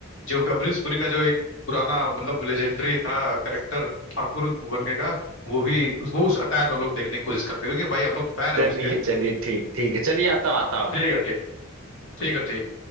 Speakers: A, on the left (about 60°); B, on the right (about 70°).
A: जो अमरीश पुरी का जो एक पुराना मतलब लेजेंडरी था करेक्टर ठाकुर बनने का वो भी वो उस अटायर में हम लोग देखने की कोशिश करते हैं क्योंकि भाई हम लोग फैन है
B: चलिए
A: उसके
B: चलिए ठीक ठीक है चलिए आता आता हूँ
A: ठीक
B: मैं
A: है ठीक ठीक है ठीक